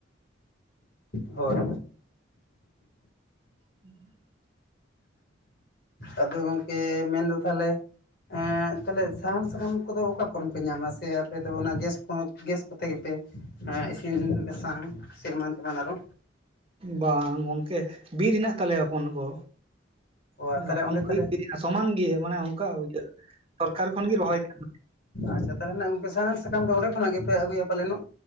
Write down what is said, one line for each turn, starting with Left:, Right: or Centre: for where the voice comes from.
Left: ᱦᱳᱭ᱾
Right: ᱦᱩᱸ
Left: ᱟᱫᱚ ᱜᱚᱝᱠᱮ ᱢᱮᱱ ᱫᱚ ᱛᱟᱦᱞᱮ ᱮᱸ ᱛᱟᱦᱞᱮ ᱥᱟᱦᱟᱱ ᱥᱟᱠᱟᱢ ᱠᱚ ᱫᱚ ᱚᱠᱟ ᱠᱚᱨᱮᱱ ᱯᱮ ᱧᱟᱢᱟ ᱥᱮ ᱟᱯᱮ ᱫᱚ ᱚᱱᱟ ᱜᱮᱥ ᱠᱚᱸ ᱜᱮᱥ ᱠᱚ ᱛᱮ ᱜᱮ ᱯᱮ ᱮᱸ ᱤᱥᱤᱱ ᱵᱟᱥᱟᱝ ᱥᱮ ᱮᱢᱟᱱ ᱛᱮ ᱢᱟᱱ ᱟᱨᱚ᱾
Right: ᱵᱟᱝ ᱜᱚᱝᱠᱮ ᱵᱤᱨ ᱦᱮᱱᱟᱜ ᱛᱟᱞᱮᱭᱟ ᱦᱚᱯᱚᱱ ᱜᱚ᱾
Left: ᱚ
Right: ᱢᱟᱱᱮ
Left: ᱛᱟᱦᱚᱞᱮ
Right: ᱦᱚᱯᱚᱱ
Left: ᱚᱸᱰᱮ
Right: ᱠᱚ
Left: ᱛᱟᱦᱚᱞᱮ
Right: <unintelligible> ᱥᱚᱢᱟᱱ ᱜᱮ ᱢᱟᱱᱮ ᱚᱱᱠᱟ ᱤᱭᱟᱹ ᱥᱚᱨᱠᱟᱨ ᱠᱷᱚᱱ ᱜᱤ ᱨᱚᱦᱚᱭ ᱠᱟᱱᱟ᱾
Left: ᱟᱪᱪᱷᱟ ᱛᱟᱦᱚᱞᱮ ᱱᱟᱦᱟᱸᱜ ᱜᱚᱝᱠᱮ ᱥᱟᱦᱟᱱ ᱥᱟᱠᱟᱢ ᱫᱚ ᱚᱸᱰᱮ ᱠᱷᱚᱱᱟᱜ ᱜᱮ ᱯᱮ ᱟᱜᱩᱭᱟ ᱯᱟᱞᱮᱱ ᱚᱜ?